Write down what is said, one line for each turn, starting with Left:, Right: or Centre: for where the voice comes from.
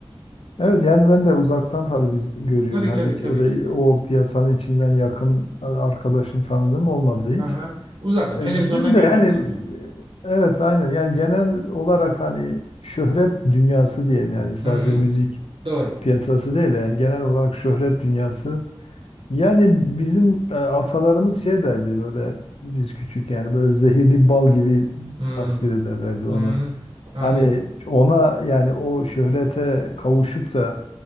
Left: Evet yani ben de uzaktan tabii biz görüyoruz.
Right: Tabii
Left: Hani
Right: tabii
Left: hiç
Right: tabii
Left: öyle
Right: ki.
Left: o piyasanın içinden yakın arkadaşım tanıdığım olmadı
Right: Aha.
Left: hiç.
Right: Uzaktan,
Left: E,
Right: televizyondan
Left: Ben de
Right: gördüğünüz
Left: yani
Right: mü?
Left: e, evet aynen yani genel olarak hani şöhret dünyası diyelim yani sadece
Right: Hı, hı.
Left: müzik
Right: Doğru.
Left: piyasası değil de yani genel olarak şöhret dünyası Yani bizim e, atalarımız şey derdi böyle biz küçük yani böyle zehirli bal gibi
Right: Hı,
Left: tasvir ederlerdi
Right: hı,
Left: onu.
Right: Anlıyorum.
Left: Hani ona yani o şöhrete kavuşup da